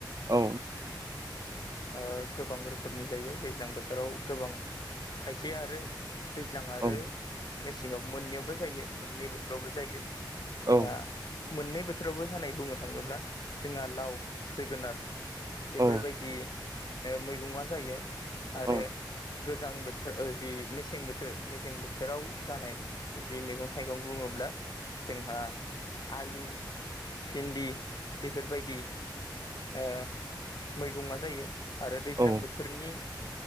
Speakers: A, on the right; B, on the left.
A: औ
B: ओ गोबां रोखोमनि जायो दैज्लां बोथोराव गोबां खायसे आरो दैज्लां आरो
A: औ
B: मेसेंआव मोननैयावबो जायो मोननै बोथोरावबो जायो। जोंहा
A: औ
B: मोननै बोथोरावबो जानाय बुंनो थाङोब्ला जोंहा लाव जोगोनार। बेफोरबायदि
A: औ
B: ओ मैगंआ जायो आरो
A: औ
B: गोजां बोथोर ओ जि मेसें बोथोर मेसें बोथोराव जानाय जि मैगं थाइगं बुङोब्ला जोंहा आलु भिन्दि बेफोरबायदि ओ मैगंआ जायो। आरो दैज्लां
A: औ
B: बोथोरनि